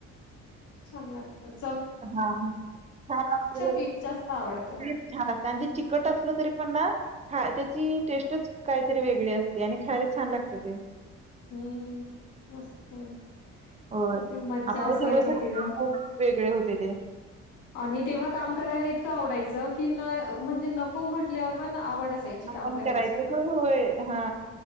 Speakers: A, on the left; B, on the right.
A: छान लागतात.
B: हा छान छान
A: पीठ जास्त आवडतं.
B: लागत आणि ते चिकट असलं तरी पण ना खा. टेस्टच काहीतरी वेगळी असते आणि खायला छान लागत ते
A: हम्म मस्त आहे.
B: हो
A: अशी मज्जा
B: आपले
A: असायची
B: दिवसच
A: तेव्हा
B: वेगळे होते ते.
A: आणि तेव्हा काम करायला इतकं आवडायचं की न म्हणजे नको म्हटल्यावर पण आवड काय
B: आपण
A: करायची
B: करायचं. होय होय हा